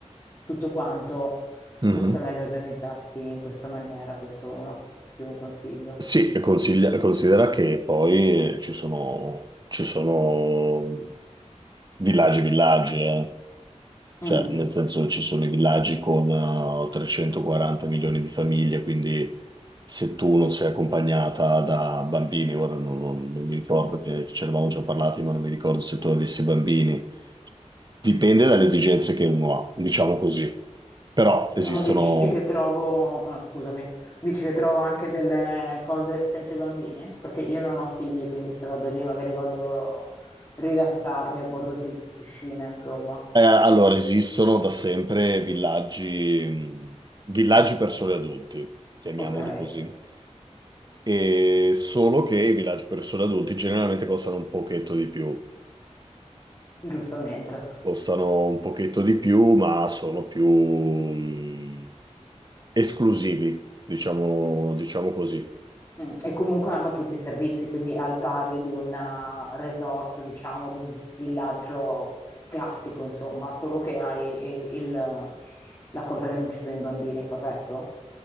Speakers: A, on the left; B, on the right.
A: tutto quanto,
B: mhm.
A: forse è meglio organizzarsi in questa maniera, questo è un ottimo consiglio.
B: Sì, e consiglia- considera che poi ci sono, ci sono villaggi, villaggi, eh. Cioè,
A: Mm.
B: nel senso ci sono i villaggi con eh, 340 milioni di famiglie, quindi se tu non sei accompagnata da bambini, ora non, non- non mi ricordo, perché ce ne avevamo già parlati, ma non mi ricordo se tu avessi bambini. Dipende dalle esigenze che uno ha, diciamo così. Però
A: Ma
B: esistono,
A: dici che trovo, ah, scusami, dici che trovo anche delle cose senza i bambini? Perché io non ho figli, quindi se vado lì magari voglio rilassarmi a bordo pi- piscina, insomma.
B: eh, allora, esistono da sempre villaggi, mh, villaggi per soli adulti, chiamiamoli
A: Ok,
B: così. E solo che i villaggi per soli adulti generalmente costano un pochetto di più.
A: giustamente.
B: costano un pochetto di più, ma sono più mh, esclusivi, diciamo, diciamo così.
A: Mm, E comunque hanno tutti i servizi, quindi al pari di un eh, resort, diciamo, di un villaggio classico, insomma, solo che hai i- il, la cosa che non ci sono i bambini, corretto?